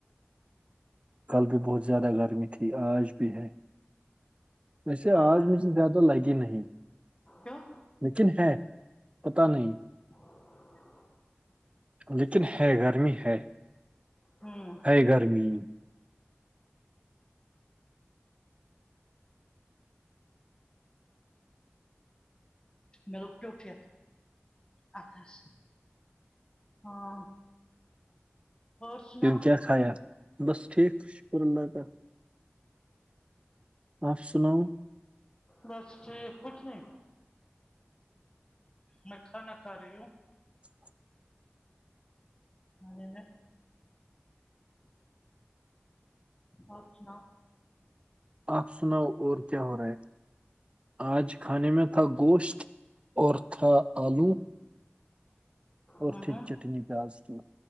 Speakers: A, on the right; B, on the left.
A: کل بھی بہت زیادہ گرمی تھی آج بھی ہے ویسے آج
B: گھر
A: میں زیادہ لگی نہیں
B: ہاں
A: لیکن ہے پت نہیں
B: ا
A: لیکن ہے گرمی ہے
B: ہوں
A: ہے گرمی
B: لوگ وٹھت اھس ہاں اور سناؤ
A: ون کیا خھیایا بس ٹھیک شکر اللہ تالی آپف سنؤ
B: بس ٹھیک کچھ نہیں میںکھا نہ کا رہیوں
A: <unintelligible>
B: ا آ سنا
A: آپ سناؤ اور کیا ہو رہا ہے آج کھانے میں تھا گوشت اور تھا آلو اورتے
B: ہوں ہوں
A: چٹنی پیاز کی